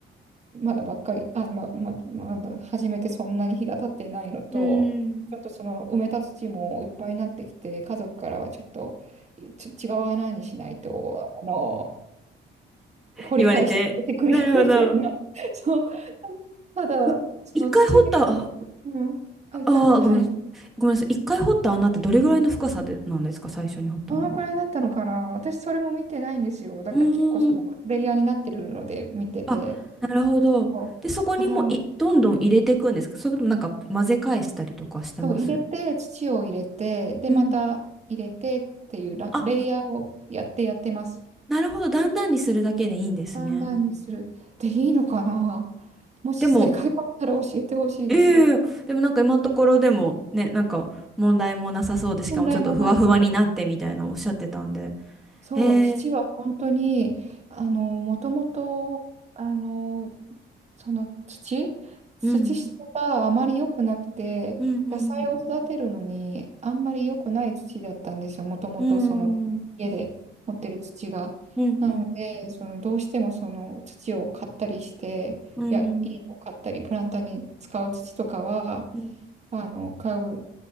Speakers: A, on the right; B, in the centre.
A: まだばっかり、あの、ま、ま、まだ初めてそんなに日が経ってないのと、
B: うーん。
A: ちょっとその埋めた土もいっぱいになってきて、家族からはちょっと、いちょ違う穴にしないと、あの、掘り返しててくるよみたいな。
B: 言われて。なるほど。
A: <laughs> そう。ただ、
B: い一回掘った、
A: その土に触れる、
B: あ
A: うん。あ、一回ほど、
B: あー、ごめんなさい。
A: はい。
B: ごめんなさい。一回掘った穴ってどれぐらいの深さでなんですか、
A: うん
B: 最初に掘ったのが。
A: どのくらいだったのかな私それも見てないんですよ。だから結構そのプレイヤーになってるので見てて。
B: うーん。あ、なるほど。
A: そうただ、
B: で、そこにもうい、どんどん入れていくんですかそれともなんか混ぜ返したりとかしてます
A: そう、入れて、土を入れて、で、
B: うん。
A: また入れてっていうラ、
B: あ、
A: レイヤーをやってやってます。
B: なるほど。だんだんにするだけでいいんですね。
A: 判断にする。で、いいのかなもし正解があったら教えてほしいです。
B: でも、ええでもなんか今のところでもね、なんか問題もなさそうで、しかもちょっとふわふわになってみたいなおっしゃってたんで。
A: 問題もなく。そう、
B: ええ
A: 土は本当に、あの、もともと、あの、その土、土質があまり良くなくて、
B: うん、うん、うん、
A: 野菜を育てるのにあんまり良くない土だったんですよ、もともとその家で持ってる土が。
B: うん、うん、うん、
A: なので、
B: うん、
A: そのどうしてもその土を買ったりして、
B: うん、
A: いや、いいのを買ったり、プランターに使う土とかは、
B: うん。
A: あの、買う